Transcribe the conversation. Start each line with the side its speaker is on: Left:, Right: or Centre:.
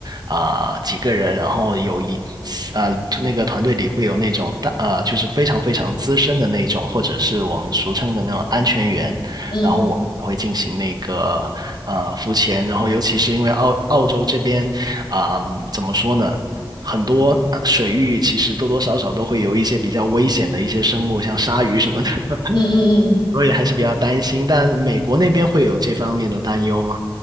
Right: 啊、几个人，然后有一啊、那个团队里会有那种大啊、就是非常非常资深的那种，或者是我们俗称的那种安全员，
Left: 嗯
Right: 然后我。会进行那个啊浮潜，然后尤其是因为澳澳洲这边啊、嗯怎么说呢？很多水域其实多多少少都会有一些比较危险的一些生物，像鲨鱼什么的，
Left: 嗯嗯嗯嗯嗯。
Right: <laughs> 所以还是比较担心。但美国那边会有这方面的担忧吗？